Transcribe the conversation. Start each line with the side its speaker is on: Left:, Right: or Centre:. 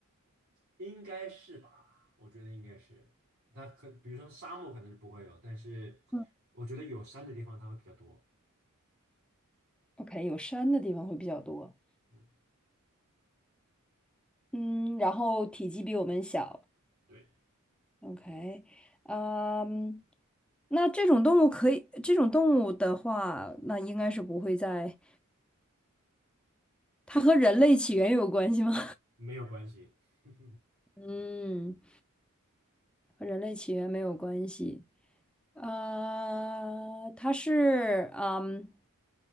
Right: 应该是吧？我觉得应该是。它可，比如说沙漠可能是不会有，但是我觉得有山的地方它会比较多。
Centre: 嗯 OK，有山的地方会比较多。
Right: 嗯，
Centre: 嗯，然后体积比我们小。
Right: 对，
Centre: OK，嗯，那这种动物可以，这种动物的话，那应该是不会在，它和人类起源有关系吗？
Right: 没有关系，<laughs>
Centre: <laughs> 嗯，和人类起源没有关系。呃，它是，嗯，